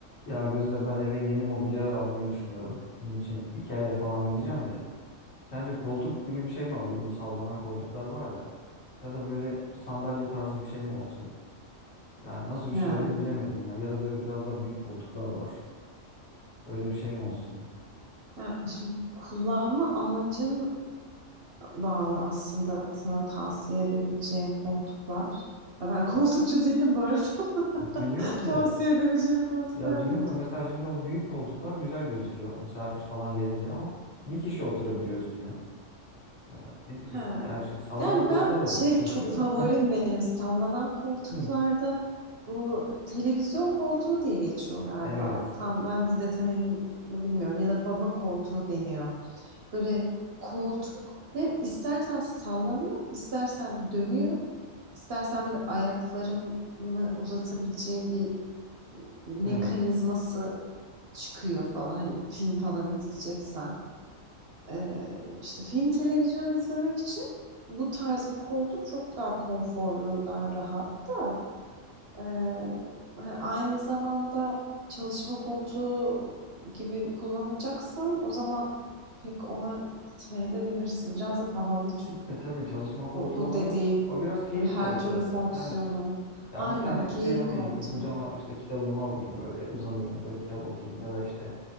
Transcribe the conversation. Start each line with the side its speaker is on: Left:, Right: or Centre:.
Left: Ya Gözde ben eve yeni mobilyalar almayı düşünüyorum. Bunun için Ikea'ya falan gideceğim de. Sence koltuk gibi bir şey mi alayım? Bu sallanan koltuklar var ya. Ya da böyle sandalye tarzı bir şey mi olsun? Yani nasıl bir
Right: Ya,
Left: şey alayım bilemedim ya. Ya da böyle biraz daha büyük koltuklar var. Öyle bir şey mi olsun?
Right: ya şimdi kullanma amacına bağlı aslında sana tavsiye edebileceğim koltuklar. Ya ben <laughs> koltukçu
Left: Ya
Right: değilim bu arada. <laughs>
Left: biliyorum
Right: Tavsiye
Left: da.
Right: edebileceğim koltuklar
Left: Ya biliyorum
Right: değil.
Left: da mesela şimdi o büyük koltuklar güzel gözüküyor. Misafir falan gelince ama bir kişi oturabiliyor üstüne. Ee, ne bileyim.
Right: Ha.
Left: Gerçi sallanan
Right: Yani
Left: koltuğa
Right: ben
Left: da
Right: şey
Left: bir kişi oturuyor
Right: çok favorim
Left: da. <laughs>
Right: benim sallanan koltuklarda
Left: Hı.
Right: bu televizyon koltuğu diye geçiyor galiba.
Left: Evet.
Right: Tam ben de detayını bilmiyorum ya da baba koltuğu deniyor. Böyle koltuk hem istersen sallanıyor, istersen dönüyor, istersen böyle ayaklarını uzatabileceğin bir mekanizması
Left: Evet.
Right: çıkıyor falan. Hani film falan izleyeceksen. Ee, işte film televizyon izlemek için bu tarz bir koltuk çok daha konforlu, daha rahat da. Ee, hani aynı zamanda çalışma koltuğu gibi kullanacaksan o zaman pek ona gitmeye de bilirsin. Biraz da pahalı çünkü.
Left: E tabii çalışma
Right: O,
Left: koltuğu
Right: bu
Left: olarak
Right: dediğim
Left: o biraz keyif
Right: böyle her
Left: koltuğu
Right: türlü
Left: ya.
Right: fonksiyonu.
Left: Evet. Ya
Right: Aynen
Left: bir tane
Right: keyif
Left: şey alayım,
Right: koltuğu.
Left: kucağıma işte kitabımı alayım böyle uzanayım, böyle kitap okuyayım ya da işte